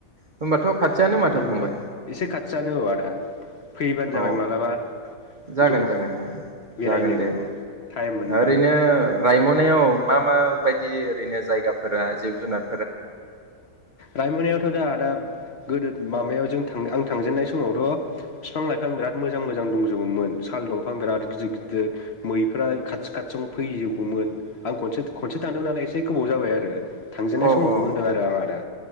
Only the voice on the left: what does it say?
बेबो
एसे खा जानु आदा फैबानो जाबाय
मालाबा
ज'
बेरायनो
औ
टाइम मोनबा
रायमनायावथ' दा आदा गोदो माबायाव जों थां आं थांजेननाय समावथ' बिफां लाइफां बिराद मोजां मोजां दंजोबोमोन साल दंफां बिराद गिदिर गिदिर मैफ्रा खाथि खाथि फैजोबोमोन आं खनसे खनसे थांदोंमोन नालाय एसे गोबाव जाबाय आरो थांजेनाय सम
समखौ
होनदों आरो आं आदा